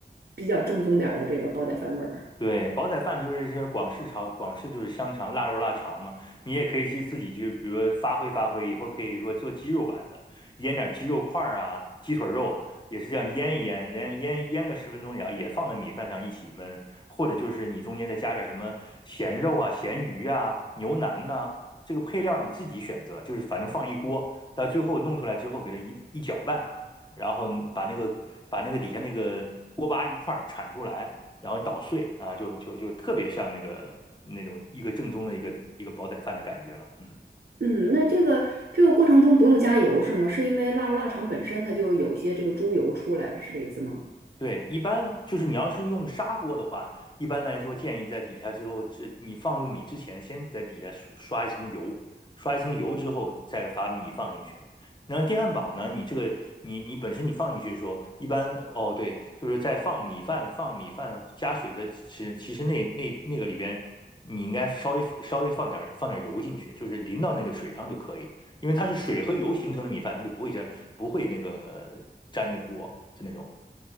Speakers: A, on the right; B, on the left.
A: 比较正宗点儿的这个煲仔饭味儿。
B: 对，煲仔饭就是些广式炒，广式就是香肠、腊肉、腊肠嘛。你也可以去自己去，比如说发挥发挥，以后可以如果做鸡肉版的，腌点鸡肉块儿啊，鸡腿肉也是这样腌一腌，然后腌腌个十分钟，然后也放在米饭上一起焖，或者就是你中间再加点什么咸肉啊、咸鱼啊、牛腩呐、这个配料你自己选择，就是反正放一锅，到最后弄出来之后给它一一搅拌，然后把那个把那个底下那个锅巴一块儿铲出来。然后捣碎啊，就就就特别像那个那种一个正宗的一个一个煲仔饭的感觉了，嗯。
A: 嗯，那这个这个过程中不用加油是吗？是因为腊肉腊肠本身它就有些这个猪油出来，是这意思吗？
B: 对，一般就是你要是用砂锅的话，一般来说建议在底下之后，这你放入米之前，先在底下刷刷一层油，刷一层油之后再把米放进去。然后电饭煲呢，你这个你你本身你放进去的时候，一般哦对，就是在放米饭放米饭加水的时，其实那那那个里边你应该稍微稍微放点放点油进去，就是淋到那个水上就可以，因为它是水和油形成的米饭，它就不会粘不会那个粘那锅就那种。